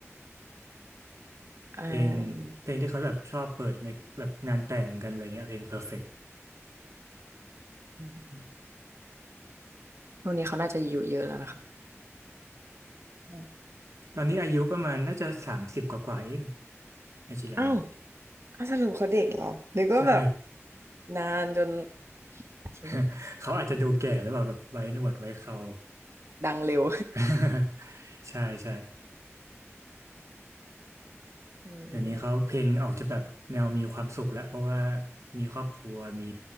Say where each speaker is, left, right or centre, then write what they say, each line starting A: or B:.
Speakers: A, on the right; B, on the right.
A: เออ
B: <laughs> เพลงเพลงที่เขาแบบชอบเปิดในแบบงานแต่งกันอะไรเงี้ยเพลง Perfect
A: อืมอืมช่วงนี้เขาน่าจะอายุเยอะแล้วนะคะ <laughs> อืม
B: ตอนนี้อายุประมาณน่าจะสามสิบกว่าๆเองเอชิลานนะ
A: อ้าวอ้าวสรุปเขาเด็กเหรอนึกว่าแบบ
B: ใช่
A: นานจนโอเค
B: <laughs> เขาอาจจะดูแก่หรือเปล่าแบบไว้หนวดไว้เครา
A: ดังเร็ว
B: <laughs> ใช่ใช่
A: อื
B: เดี๋ยวนี้เขาเพลงออกจะแบบแนวมีความสุขแล้วเพราะว่ามีครอบครัวมี